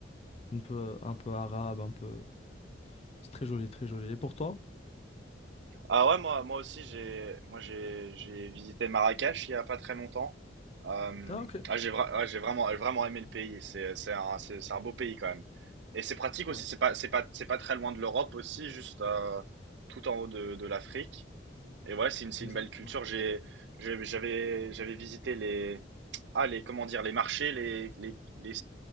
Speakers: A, on the left; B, on the right.
A: un peu, un peu arabe, un peu, c'est très joli, très joli. Et pour toi?
B: Ah ouais, moi, moi aussi, j'ai, moi, j'ai, j'ai visité Marrakech il y a pas très longtemps. Euh,
A: Ah, ok.
B: ah, j'ai vra- ah, j'ai vraiment, j'ai vraiment aimé le pays. C'est, c'est un, c'est, c'est un beau pays quand même. Et c'est pratique aussi.
A: Ouais,
B: C'est pas, c'est pas, c'est pas très loin de l'Europe aussi, juste euh, tout en haut de, de l'Afrique. Et ouais, c'est une, c'est
A: exactement.
B: une belle culture. J'ai, j'ai- j'avais, j'avais visité les, ah, les, comment dire, les marchés, les, les, les,